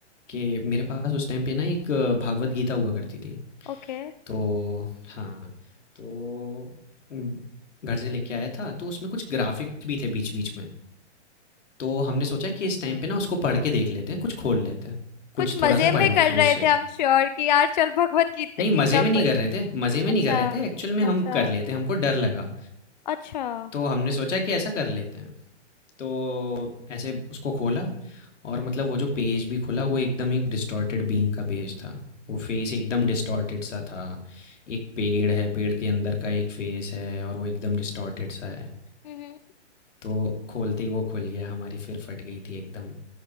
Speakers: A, on the left (about 85°); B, on the left (about 40°).
A: कि मेरे पास उस टाइम पे ना एक भागवत गीता हुआ करती थी
B: ओके
A: तो हाँ, तो उम, घर से लेके आया था, तो उसमें कुछ ग्राफ़िक्स भी थे बीच-बीच में। तो हमने सोचा कि इस टाइम पे ना उसको पढ़ के देख लेते हैं, कुछ खोल लेते हैं, कुछ
B: कुछ
A: थोड़ा-सा
B: मजे में
A: पढ़ लेते
B: कर
A: हैं
B: रहे
A: उससे।
B: थे हम श्योर कि यार चल भगवत गीता
A: नहीं,
B: गीता
A: मज़े में
B: पढ़
A: नहीं कर रहे थे मज़े में
B: अच्छा
A: नहीं कर रहे थे, एक्चुअल में
B: अच्छा
A: हम कर लेते, हमको डर लगा।
B: अच्छा हम्म
A: तो हमने सोचा कि ऐसा कर लेते हैं। तो ऐसे उसको खोला और मतलब वो जो पेज भी खुला वो एकदम एक डिस्टॉर्टेड बीइंग का पेज था वो फेस एकदम डिस्टॉर्टेड सा था एक पेड़ है पेड़ के अंदर का एक फेस है और वो एकदम डिस्टॉर्टेड सा है
B: हम्म
A: तो खोलते ही वो खुल गया हमारी फिर फट गई थी एकदम